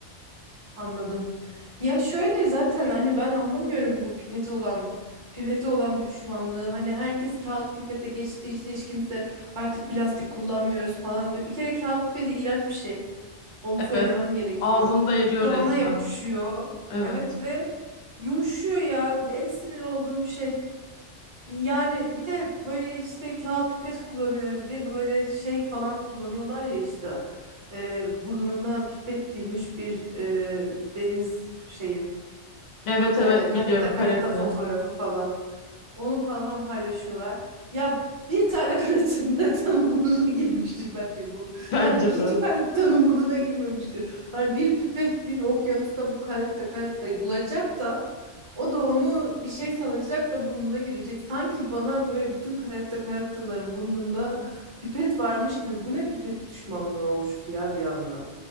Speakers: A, on the right; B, on the left.
A: Anladım. Ya şöyle zaten hani ben anlamıyorum bu pipete olan pipete olan düşmanlığı. Hani herkes kağıt pipete geçti işte hiç kimse artık plastik kullanmıyoruz falan diyor. Bir kere kağıt pipeti iğrenç bir şey. Onu söylemem
B: Evet.
A: gerekiyor.
B: Ağzını da eriyor
A: Dudağına
B: resmen.
A: yapışıyor.
B: Evet.
A: Evet ve yumuşuyor ya. En sinir olduğum şey. Yani bir de böyle işte kağıt pipet kullanıyoruz diye böyle şey falan kullanıyorlar ya işte e, burnuna pipet girmiş bir e, deniz şeyi
B: Evet
A: Ta-
B: evet
A: e, Karetta
B: biliyorum
A: karetta
B: karate.
A: fotoğrafı falan. Onu falan paylaşıyorlar. Ya bir tane karetta karettanın <laughs> burnuna girmiştir bence bu.
B: <laughs> Bence
A: Hani ikinci
B: de.
A: karettanın burnuna girmemiştir. Hani bir pipet bir okyanusta bu karetta karettayı bulacak da o da onu bir şey sanacak da burnuna girecek. Sanki bana böyle bütün karetta karettaların burnunda pipet varmış gibi. Bu ne pipet düşmanlığı oluştu ya bir anda.